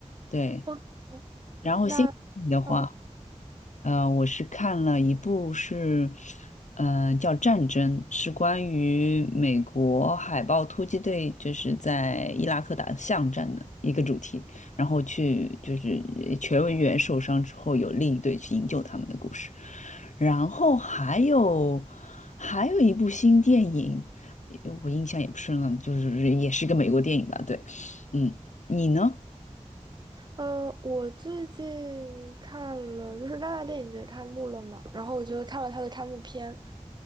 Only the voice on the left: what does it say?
对，
然后新电影的话，
呃，我是看了一部是，嗯呃，叫《战争》，是关于美国海豹突击队就是在伊拉克打巷战的一个主题，然后去就是全文员受伤之后，有另一队去营救他们的故事。然后还有还有一部新电影，呃我印象也不深了，就是也是个美国电影吧？对，嗯，你呢？